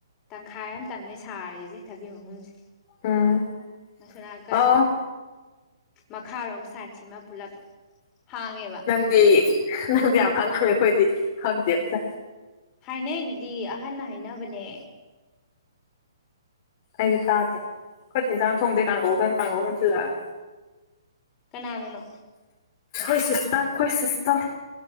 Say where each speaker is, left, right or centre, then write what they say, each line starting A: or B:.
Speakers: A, on the left (about 25°); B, on the left (about 40°).
A: ꯇꯪꯈꯥꯏ ꯑꯃꯇꯪꯅꯩ ꯁꯥꯔꯤꯁꯦ ꯊꯕꯤꯛ ꯃꯍꯨꯨꯝꯁꯦ
B: ꯎꯝ
A: ꯑꯁꯅ ꯀ
B: ꯑꯣ
A: ꯃꯈꯥꯔꯣꯝ ꯁꯥꯏꯠꯁꯤꯃ ꯄꯨꯂꯞ ꯍꯥꯡꯉꯦꯕ
B: ꯅꯪꯗꯤ ꯅꯪꯗꯤ ꯌꯥꯝ ꯈꯪꯉꯝꯃꯦ ꯑꯩꯈꯣꯏꯗꯤ ꯈꯪꯗꯦ ꯑꯝꯇ
A: ꯍꯥꯏꯅꯩ ꯑꯗꯨꯗꯤ ꯑꯍꯟꯅ ꯍꯥꯏꯅꯕꯅꯦ
B: ꯑꯩꯗꯤ ꯇꯥꯗꯦ ꯑꯩꯣꯏꯗꯤ ꯏꯟꯁꯥꯡ ꯊꯣꯡꯗꯦ ꯀꯥꯡꯒꯧ ꯊꯅ ꯀꯥꯡꯍꯧꯅ ꯊꯤꯜꯂꯛꯑꯒꯦ
A: ꯀꯅꯥꯗꯅꯣ
B: ꯈꯣꯏ ꯁꯤꯁꯇ ꯈꯣꯏ ꯁꯤꯁꯇ